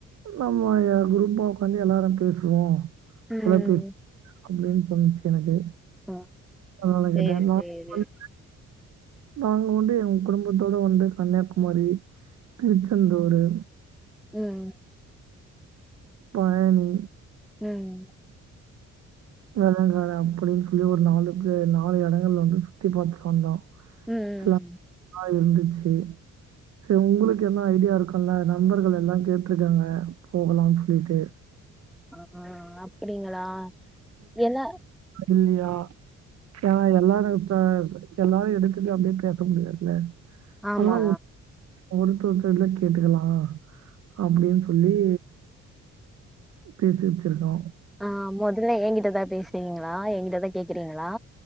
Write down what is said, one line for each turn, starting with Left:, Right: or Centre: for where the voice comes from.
Right: நம்மோ ய குரூப்பா உக்காந்து எல்லாரு பேசுவோ
Centre: ம்.
Right: தொல பே அப்படின்னு தோனுச்சு எனக்கு
Centre: ஆஹ்
Right: அதனால
Centre: சேரி
Right: கேட்டேன். நான்
Centre: சேரி
Right: வந்து நாங்க வந்து எங்க குடும்பத்தோட வந்து கன்னியாகுமரி திருச்சந்தூரு
Centre: ம்
Right: பழனி
Centre: ம்
Right: வெளங்காடு அப்படின் சொல்லி ஒரு நாலு ப்ளே நாலு எடங்கள் வந்து சுத்தி பாத்துட் வந்தோ
Centre: ம்.
Right: எல்லா <inaudible> இருந்துச்சு செரி உங்களுக்கென்னா ஐடியா இருக்குல நண்பர்கள் எல்லா கேட்ருக்காங்க போகலாம் சொல்லிட்டு
Centre: ஆஹா அப்படிங்களா என்ன
Right: இல்லியா ஏனா எல்லாரு இப்ப எல்லாரு எடுத்தது அப்டியே பேச முடியாதுல
Centre: ஆமா.
Right: அதனால ஒ ஒருத்தொருத்தர்ட்டலா கேட்டுக்கலா அப்டின் சொல்லி பேசி வெச்சிருக்கோ
Centre: ஆஹ் மொதல்ல என் கிட்டதா பேசுறீங்களா என் கிட்டதா கேக்குறீங்களா